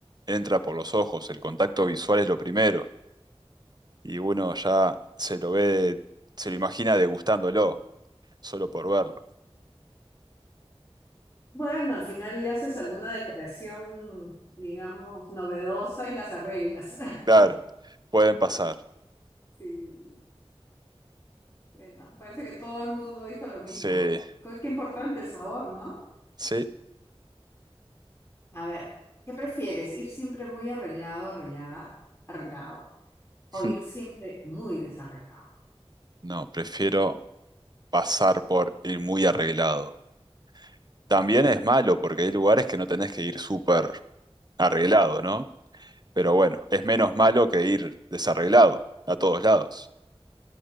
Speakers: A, on the right; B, on the left.
A: entra por los ojos, el contacto visual es lo primero, y uno ya se lo ve, se lo imagina degustándolo, solo por verlo.
B: Bueno, al final le haces alguna decoración, digamos, novedosa y las arreglas, <laughs>
A: Claro, pueden pasar.
B: ¿no? Sí, sí, sí. bueno, parece que todo el mundo dijo lo mismo.
A: Sí,
B: Qué, qué importante el sabor, ¿no?
A: sí.
B: A ver, ¿qué prefieres? ¿Ir siempre muy arreglado, arreglada, arreglado, o
A: <laughs>
B: ir siempre muy desarreglado?
A: No, prefiero pasar por ir muy arreglado. También es malo porque hay lugares que no tenés que ir súper arreglado, ¿no? Pero bueno, es menos malo que ir desarreglado a todos lados.